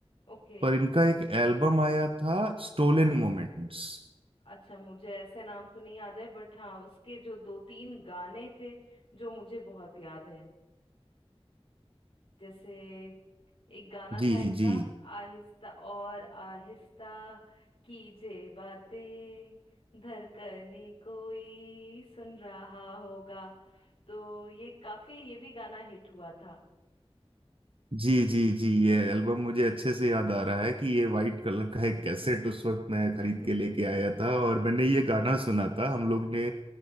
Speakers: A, on the left; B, on the right.
A: ओके
B: पर इनका एक एल्बम आया था स्टोलन मोमेंट्स
A: अच्छा मुझे ऐसे नाम तो नहीं याद है बट हाँ उसके जो दो तीन गाने थे जो मुझे बहुत याद है जैसे एक गाना
B: जी
A: था इनका
B: जी
A: आहिस्ता और आहिस्ता कीजे बातें धड़कने कोई सुन रहा होगा तो ये काफी ये भी गाना हिट हुआ था
B: जी जी जी ये एल्बम मुझे अच्छे से याद आ रहा है कि ये वाइट कलर का एक कैसेट उस वक्त मैं खरीद
A: <laughs>
B: के लेके आया था और मैंने ये गाना सुना था हम लोग ने